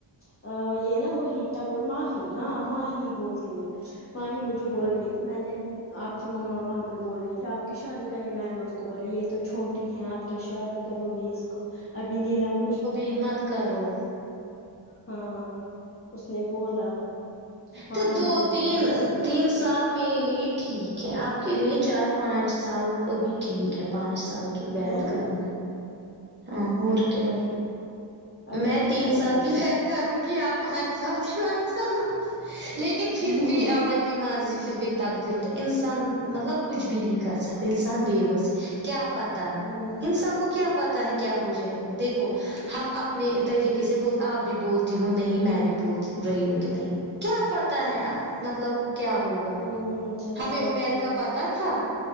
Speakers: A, on the left; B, on the right.
A: ا یہ نا وہی کیا ب ماہی ہاں ماہی بولتی ہے ماہی مجھے بول رہی تھی میں نے آپ کی مما وہاں پہ بول رہی تھی آپ کی شادی کریںے میں نے اس کو بولا یہ تو چھوٹی ہیں آپ کیا شادی کرو گے اس کو ابھی نیلم کو ش
B: ہمت کرو
A: ہاں ہاں اس نے بولا ماہی
B: تو دو
A: نے
B: تین
A: ماہی نے
B: تین سال میرے لیے ٹھیک ہے آپ کے لیے چار پانچ سال ابھی ٹھیک ہے پانچ سال کہ بیت
A: ہے نا
B: کرنا ہاں اور کیا
A: وہی ابھی
B: میں
A: کیا
B: تین
A: کروں
B: سال کی
A: گی
B: ود کروں گی آپ پانچ سال کی بیت کرنا لیکن پھر
A: ہوں
B: بھی اللہ کی مرضی پھر بھی تقدیر ہوتا ہے انسان مطلب کچھ بھی نہیں کر سکتا انسان بے بس ہے کیا پتا
A: ہوں
B: انسان کو کیا پتا ہے کیا ہو جائے گا دیکھو ہم اپنے طریقے سے بول آپ بھی بولتی ہو نہیں میں بھی بول رہی ہوں کہ نہیں کیا پتا ہے مطلب کیا ہوگا
A: ہوں صحیح
B: ہمیں
A: بات
B: عمیر
A: ہے
B: کا پتا تھا